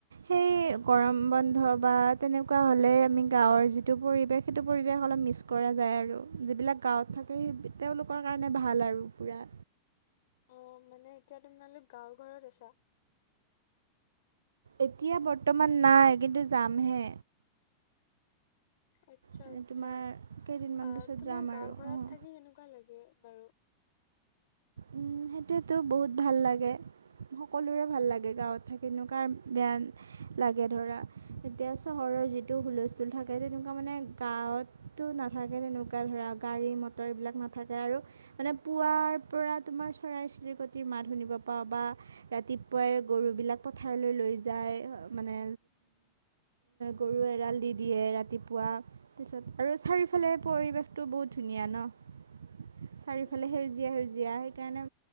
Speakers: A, on the right (about 70°); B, on the left (about 55°).
A: সেই গৰম বন্ধ বা তেনেকুৱা হ'লে আমি গাঁৱৰ যিটো পৰিৱেশ সেইটো পৰিৱেশ অলপ মিছ কৰা যায় আৰু যিবিলাক গাঁৱত থাকে সি তেওঁলোকৰ কাৰণে ভাল আৰু পূৰা
B: অ মানে এতিয়া তোমালোক গাঁৱৰ ঘৰত আছা
A: এতিয়া বৰ্তমান নাই কিন্তু যামহে
B: আচ্ছা
A: মানে
B: আচ্ছা
A: তোমাৰ কেইদিনমান
B: অ
A: পিছত
B: তোমাৰ
A: যাম
B: গাঁওৰ
A: আৰু
B: ঘৰত
A: অঁ
B: থাকি কেনেকুৱা লাগে বাৰু
A: উম সেইটোৱেতো বহুত ভাল লাগে সকলোৰে ভাল লাগে গাঁৱত থাকেনো কাৰ বেয়া লাগে ধৰা এতিয়া চহৰৰ যিটো হুল স্থূল থাকে তেনেকুৱা মানে গাঁৱতো নাথাকে তেনেকুৱা ধৰা গাড়ী মট ৰ এইবিলাক নাথাকে আৰু মানে পুৱাৰ পৰা তোমাৰ চৰাই চিৰিকটিৰ মাত শুনিব পবা ৰাতি পুৱাই গৰুবিলাক পথাৰলৈ লৈ যায় মানে গৰুৱে এৰাল দি দিয়ে ৰাতিপুৱা তাৰপিছত আৰু চাৰিওফালে পৰিৱেশটো বহুত ধুনীয়া ন চাৰিওফালে
B: উম
A: সেউজীয়া সেউজীয়া সেইকাৰণে